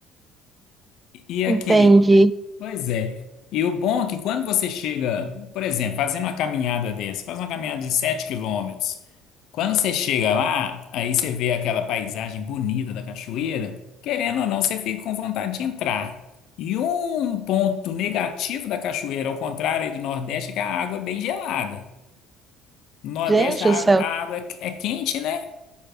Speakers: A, on the left; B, on the right.
A: E e aqui,
B: entendi.
A: Pois é. E o bom é que quando você chega, por exemplo, fazendo uma caminhada dessa, faz uma caminhada de 7 quilômetros, quando você chega lá, aí você vê aquela paisagem bonita da cachoeira, querendo ou não, você fica com vontade de entrar. E um ponto negativo da cachoeira, ao contrário aí do Nordeste, é que a água é bem gelada. No Nordeste
B: Gente
A: a água,
B: do céu.
A: a água é, é quente, né?